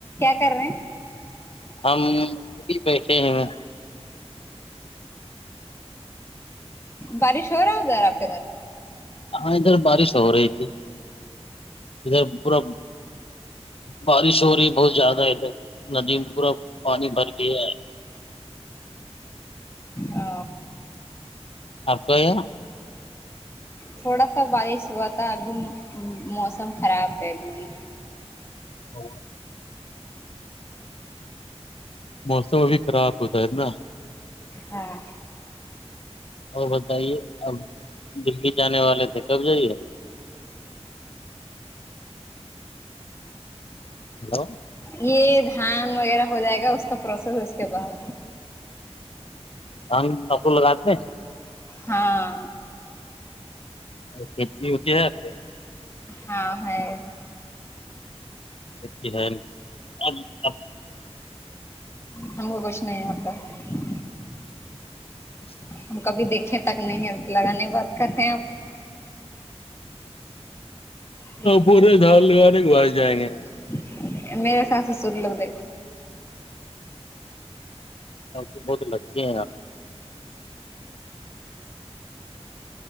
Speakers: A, on the left; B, on the left.
A: کر رہے ہیں
B: ہم بھی بیٹھے ہیں
A: بارش ہو رہا ہودار آپ
B: ہاں ادھر بارش ہو رہی تھی ادھر پورا بارش ہو رہی ہے بہت زیادہ ہے ادھر ندی میں پورا پانی بھر گیا ہے
A: ہ
B: آپ کا یہ
A: تھوڑا سا بارش ہوا تھا ابھی موسم خراب ہے ابھی بھی
B: ا موسم ابھی خراب ہوتا ہے نا
A: ہاں
B: اور بتائیے اب دلی جانے والے تھے کب جائیے ہیلو
A: یہ دھان وغیرہ ہو جائے گا اس کا پروسیس اس کے بعد
B: ہم کپو لگاتے ہیں
A: ہاں
B: کھیتی ہوتی ہے آپ
A: ہاں ہے
B: ا ہےپ
A: ہم کو کچھ نہیں آتا ہے
B: اسچ ط
A: ہم کبھی دیکھیں تک نہیں لگانے بات کرتے ہیں آپ پے
B: پورے
A: گ
B: دھان لگانے کے بعد جائیں
A: جائے
B: گے
A: گ میرے ساس سسر لگ د
B: ا بود ل کہ